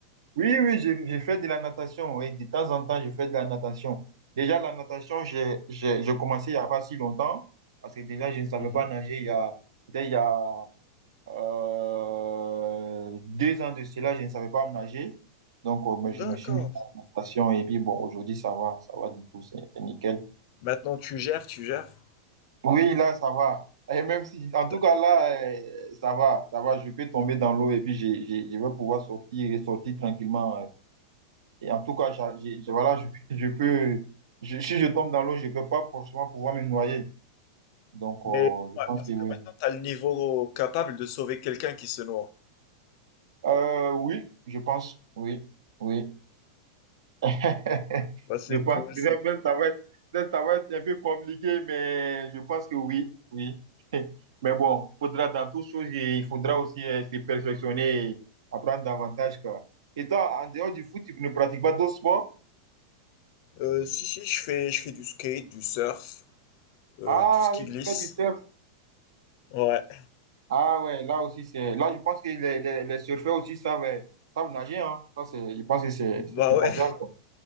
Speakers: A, on the right; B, on the left.
A: Oui, oui, j'ai j'ai fait de la natation. Oui, de temps en temps, je fais de la natation. Déjà, la natation, j'ai j'ai- j'ai commencé il n'y a pas si longtemps, parce que déjà, je ne savais
B: Mhm.
A: pas nager il y a, peut-être il y a euh, deux ans de cela, je ne savais pas nager. Donc, euh, ben, je
B: D'accord.
A: me suis mis à la natation et puis, bon, aujourd'hui, ça va, ça va du tout, c'est c'est nickel.
B: Maintenant, tu gères, tu gères.
A: Oui, là, ça va. Et même si, en
B: T'as-
A: tout cas, là, euh, ça va, ça va, je peux tomber dans l'eau et puis j'ai j'ai je vais pouvoir sortir et sortir tranquillement euh, Et en tout cas, j'a- j'ai- j'ai- voilà, je, <laughs> je peux, je- si je tombe dans l'eau, je peux pas forcément pouvoir me noyer. Donc,
B: Mais
A: euh,
B: dis-moi,
A: je pense
B: est-ce
A: que
B: que
A: oui.
B: maintenant, tu as le niveau capable de sauver quelqu'un qui se noie?
A: Euh, oui, je pense, oui, oui. <laughs>
B: Bah, c'est
A: Je pense,
B: cool, c'est
A: peut-être
B: cool.
A: même ça va être, peut-être ça va être un peu compliqué, mais je pense que oui, oui. <laughs> Mais bon, il faudra dans toutes choses, et il faudra aussi euh, se perfectionner et apprendre davantage, quoi. Et toi, en dehors du foot, tu ne pratiques pas d'autres sports?
B: Euh, si, si, je fais, je fais du skate, du surf, euh,
A: Ah
B: tout ce qui
A: oui,
B: glisse.
A: tu fais du surf.
B: Ouais.
A: Ah ouais, là aussi, c'est. Là, je pense que les, les, les surfeurs aussi savent, euh, savent nager. Hein. Ça, c'est, je pense que c'est c'est
B: Bah
A: primordial.
B: ouais.
A: quoi.